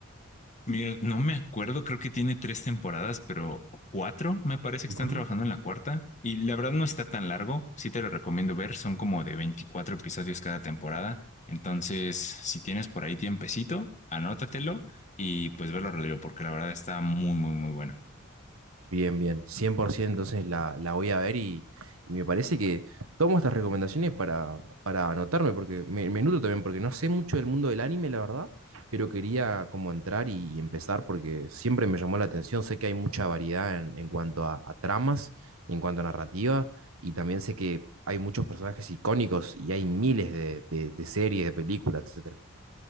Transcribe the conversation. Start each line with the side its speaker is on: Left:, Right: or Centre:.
Left: Mira, no me acuerdo, creo que tiene tres temporadas, pero cuatro me parece que
Right: Ujú.
Left: están trabajando en la cuarta. Y la verdad no está tan largo, sí te lo recomiendo ver, son como de 24 episodios cada temporada. Entonces, si tienes por ahí tiempecito, anótatelo y pues verlo, Rodrigo, porque la verdad está muy, muy, muy bueno.
Right: Bien, bien, 100%. entonces la, la voy a ver y, y me parece que tomo estas recomendaciones para, para anotarme, porque me, me nutro también, porque no sé mucho del mundo del anime, la verdad, pero quería como entrar y, y empezar porque siempre me llamó la atención, sé que hay mucha variedad en, en cuanto a, a tramas, en cuanto a narrativa, y también sé que hay muchos personajes icónicos y hay miles de, de- de series, de películas, etcétera.